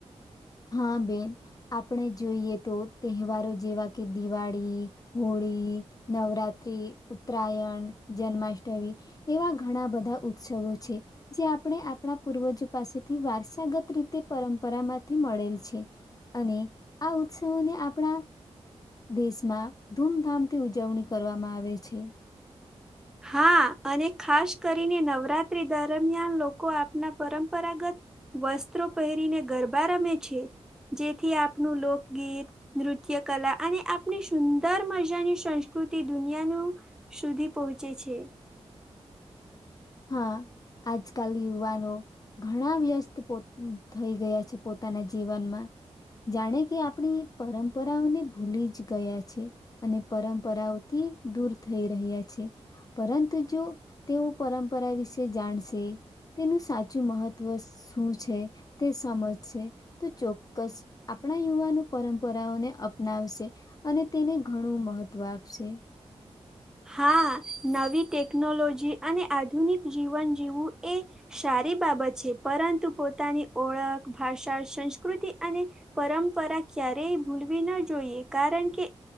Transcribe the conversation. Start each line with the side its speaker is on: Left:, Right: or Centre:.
Left: હા બેન આપણે જોઈએ તો તહેવારો જેવા કે દિવાળી હોળી નવરાત્રી ઉત્તરાયણ જન્માષ્ટમી એવા ઘણા બધા ઉત્સવો છે જે આપણે આપણા પૂર્વજો પાસેથી વારસાગત રીતે પરંપરામાં થી મળેલ છે અને આ ઉત્સવોને આપણા દેશમાં ધૂમધામથી ઉજવણી કરવામાં આવે છે
Centre: હા અને ખાસ કરીને નવરાત્રી દરમિયાન લોકો આપના પરંપરાગત વસ્ત્રો પહેરીને ગરબા રમે છે જેથી આપનું લોકગીત નૃત્ય કલા અને આપની સુંદર મજાની સંસ્કૃતિ દુનિયાનું સુધી પહોચી પૂચે છે.
Left: હા આજકાલ યુવાનો ઘણા વ્યસ્ત થઈ ગયા છે પોતાના જીવનમાં, જાણે કે આપણી પરંપરાઓને ભૂલી જ ગયા છે, અને પરંપરાઓથી દૂર થઈ રહ્યા છે, પરંતુ જો તેઓ પરં. પરપરા વિશે જાણશે, તેનું સાચું મહત્વ શું છે, તે સમજશે, તો ચોક્કસ આપણા યુવાનો પરંપરાઓને અપનાવશે, અને તેને ઘણું મહત્વ આપશે.
Centre: હા નવી ટેકનોલોજી અને આધુનિક જીવન જીવવું એ, સારી બાબત છે પરંતુ પોતાની ઓળખ, ભાષા, સંસ્કૃતિ અને, પરંપરા ક્યારેય ભૂલવી ન જોઈએ કારણ કે